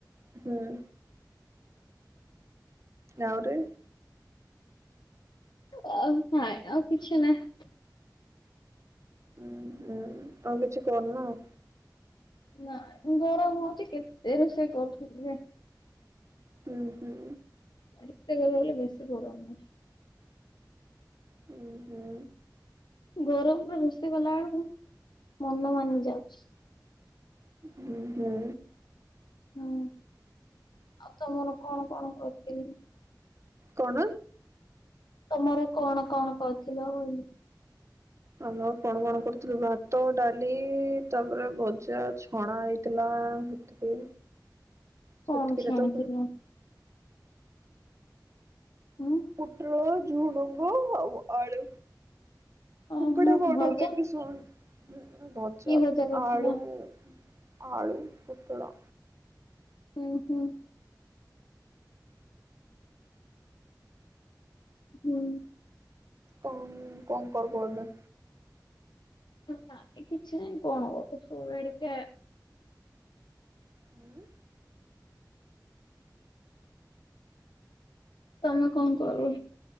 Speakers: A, on the right (about 40°); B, on the left (about 85°).
A: ହୁଁ। ଆହୁରି।
B: ନାଇଁ ଆଉ କିଛି ନାହିଁ।
A: ହଁ ହୁଁ ଆଉ କିଛି କରନା ଆଉ।
B: ନାଇଁ ମୁ ଗରମ ହଉଛି କେତେ ରୋଷେଇ କରୁଥିବି ଯେ?
A: ହୁଁ ହୁଁ।
B: <unintelligible>
A: ହୁଁ ହୁଁ
B: ଗରମରେ ରୁଷେଇ କଲା ବେଳକୁ ମନ ମାନି ଯାଉଛି।
A: ହୁଁ ହୁଁ
B: ହଁ ଆଉ ତମର କଣ କଣ କରିପାରିବି?
A: କଣ
B: ତମର କଣ କଣ କହୁଥିଲ ବୋଲିି
A: ଆମେ କଣ କଣ କରୁଥିଲୁ, ଭାତ, ଡାଲି, ତାପରେ ଭଜା ଛଣା ହେଇଥିଲା ସେତିକି। ସେତିକିରେ
B: କଣ ଛାଣିଥିଲ?
A: ତ
B: ଉଁ?
A: ପୁଟଳ ଝୁଡୁଙ୍ଗ ଆଉ ଆଳୁ
B: ଓହୋ
A: କୁକଡେ ଅଡର
B: ଭଜା
A: ଦେଇକି ଶୁ ହୁଁ ଭଜା
B: କି କରିଥିଲ
A: ଆଳୁ-ଉ-ଉ। ଆଳୁ, ପୋଟଳ
B: ହୁଁ ହୁଁ। ହୁଁ।
A: କଣ କଣ କର କରଲେ।
B: କିଛି ନାଇ କଣ ଶୋଇବା ଟିକେ
A: ହୁଁ।
B: ତମେ କଣ କର?